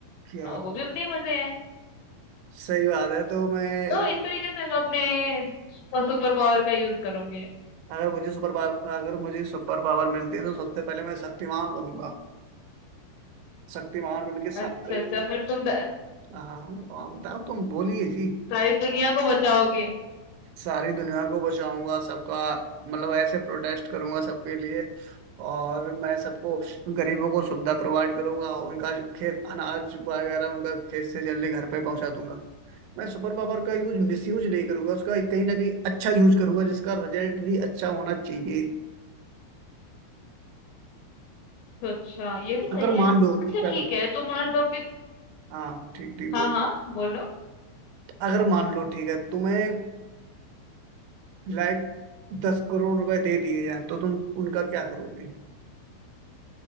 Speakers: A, on the right; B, on the left.
A: क्या
B: अ, वो भी अपने ही मज़े हैं।
A: सही बात है तो मैं
B: तो इस तरीके से मैं अपने अ, सुपर पावर का यूज़ करूँगी।
A: अगर मुझे सुपर पावर अगर मुझे सुपर पावर मिलती है तो सबसे पहले मैं शक्तिमान बनूंगा शक्तिमान बन के
B: अच्छा,
A: सारे
B: अच्छा फिर तुम द
A: हाँ हाँ, बताओ तुम बोलिए जी
B: सारी दुनिया को बचाओगे।
A: सारी दुनिया को बचाऊंगा सबका मतलब ऐसे प्रोटेस्ट करूंगा सबके लिए और मैं सबको गरीबों को सुविधा प्रोवाइड करूंगा उनका खेत अनाज वगैरह उनका खेत से जल्दी घर पे पहुंचा दूंगा मैं सुपर पावर का यूज मिस यूज नहीं करूंगा उसका कहीं ना कहीं अच्छा यूज करूंगा जिसका रिजल्ट भी अच्छा होना चाहिए
B: तो अच्छा, ये भी
A: अगर
B: सही है।
A: मान लो
B: अच्छा
A: क्या
B: ठीक है, तो मान लो कि
A: हाँ ठीक ठीक
B: हाँ,
A: बोल
B: हाँ, बोलो।
A: अगर मान लो ठीक है तुम्हें लाइक दस करोड़ रुपए दे दिए जाएं तो तुम उनका क्या करोगे